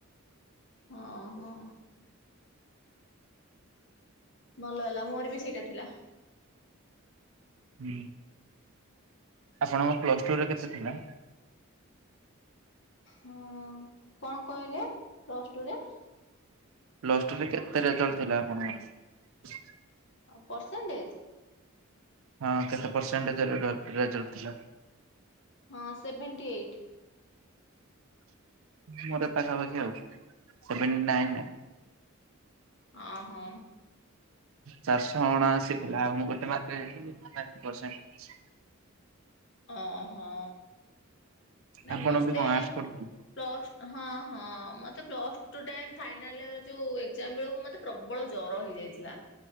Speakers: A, on the left; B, on the right.
A: ହଁ ହୋ ଭଲ ହେଲା ମୋର ବି ସେଇଟା ଥିଲା
B: ହ ଆପଣଙ୍କ ପ୍ଲସ ଟୁରେ କେତେ ଥିଲା
A: ହଁ କଣ କହିଲେ ପ୍ଲସ ଟୁରେ
B: ଲରେ କେତେ ରେଜଲଟ ଥିଲା ଆପଣଙ୍କର
A: ପରର୍ସେଣ୍ଟେଜ
B: ହଁ କେତେ ପରସେଣ୍ଟ ରେଜଲ ଥିଲା
A: ହଁ ସେଭଣ୍ଟି ଏଇଟ୍
B: <inaudible> ମୋର ପାଖ ପାଖ ଆଉଛି ସେବେଣ୍ଟୁ ନାଇ
A: ଓ ହୋ
B: ଚାରିଶହ ଅଣା ଆସି ଥିଲା ଆଉ ମୁଁ ଗୋଟେ ମାତ୍ରେ ଯଥିଲିଣ୍ <inaudible>
A: ହ ହୋ ନା
B: ଆପଣ
A: ମତେ
B: ବି କଣ ଆର୍ଟସ ପଢୁଥିଲେ?
A: ପ୍ଲସ୍ ହଁ ହଁ ମତେ ପ୍ଲସ୍ ଟୁ ତ ଫାଇନାଲ ୟର ଏକ୍ସାମ୍ ବେଳକୁ ମତେ ପ୍ରବଳ ଜର ହେଇଯାଇଥିଲା